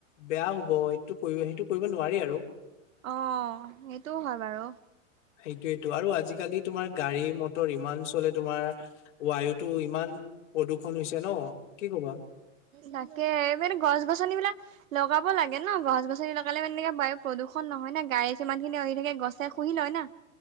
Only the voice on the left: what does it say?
বেয়া হব সেইটো সেইটো কৰিব নোৱাৰি আৰু
সেইটোয়েতটো আৰু আজিকালি তোমাৰ গাড়ী মটৰ ৰ ইমান চলে তোমাৰ ৱায়োটো ইমান প্ৰদূষণ হৈছে ন কি ক'বা?